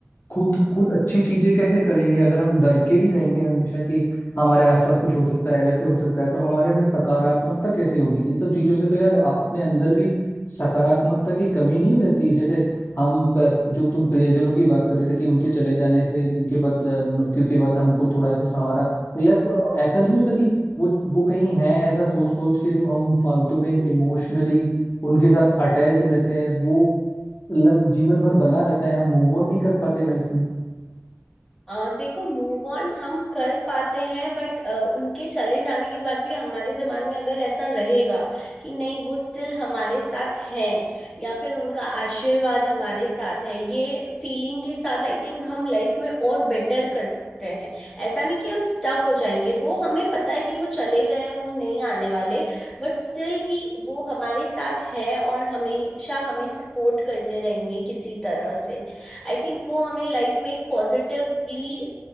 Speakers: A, on the left; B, in the centre.
A: खुद खुद अच्छी चीजें कैसे करेंगे अगर हम डर के ही रहेंगे हमेशा कि हमारे आसपास कुछ हो सकता है वैसे हो सकता है तो हमारे अंदर सकारात्मकता कैसे होगी इन सब चीजों से तो यार अ- अपने अंदर भी सकारात्मकता की कमी नहीं हो जाती जैसे हम प- जो तुम प्रियजनों की बात कर रहे थे कि उनके चले जाने से उनके बाद अ, मृत्यु के बाद हमको थोड़ा ऐसा सहारा तो यार अ, ऐसा नहीं होता कि वो वो कहीं है ऐसा सोच सोच के जो हम फालतू में इमोशनली उनके साथ अटैच्ड रहते हैं वो ल- जीवन भर बना रहता है हम मूव ऑन नहीं कर पाते लाइफ में
B: अ, देखो मूव ऑन हम कर पाते हैं बट उनके चले जाने के बाद भी हमारे दिमाग में अगर ऐसा रहेगा कि नहीं वो स्टिल हमारे साथ है या फिर उनका आशीर्वाद हमारे साथ है ये फीलिंग के साथ आई थिंक हम लाइफ में और बेटर कर सकते हैं ऐसा नहीं कि हम स्टक हो जाएंगे वो हमें पता है कि वो चले गए हैं वो नहीं आने वाले बट स्टिल कि वो हमारे साथ है और हमेशा हमें सपोर्ट करते रहेंगे किसी तरह से आई थिंक वो हमें लाइफ में एक पॉजिटिवली